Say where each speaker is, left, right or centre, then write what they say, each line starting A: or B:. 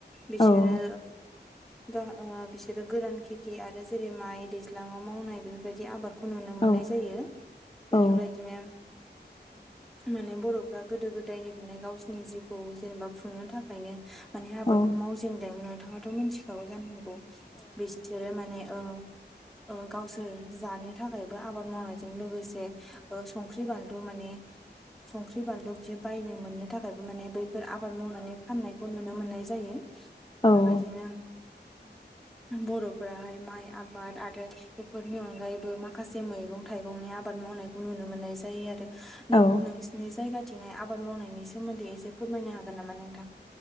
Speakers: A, in the centre; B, on the left.
A: बिसोरो
B: औ
A: ओ आ बिसोरो गोरान खेथि आरो जेरै माइ दैज्लाङाव मावनाय बेफोरबायदि आबाद खौ नुनो मोननाय
B: औ
A: जायो बेफोरबायदिनो
B: औ
A: माने बर'फ्रा गोदो गोदाय गोदायनिफ्रायनो गावसिनि जिउखौ जेनेबा खुंनो थाखायनो माने आबादखौ
B: औ
A: मावजेनदोंमोन नोंथाङाथ' मिथिखागौ जानांगौ बिसोरो माने ओ ओ गावसोर जानो थाखायबो आबाद मावनायजों लोगोसे ओ संख्रि बानलु माने संख्रि बानलु बिसोर बायनो मोननो थाखायबो माने बे बेफोर आबाद मावनानै फाननायखौ नुनो मोननाय जायो।
B: औ
A: बेफोरबायदिनो बर'फोराहाय माइ आबाद आर बेफोरनि अनगायैबो माखासे मैगं थाइगंनि आबाद मावनायखौ नुनो मोननाय जायो आरो। नों-नोंसिनि
B: औ
A: जायगाथिंहाय आबाद मावनायनि सोमोन्दै एसे फोरमायनो हागोन नामा नोंथां?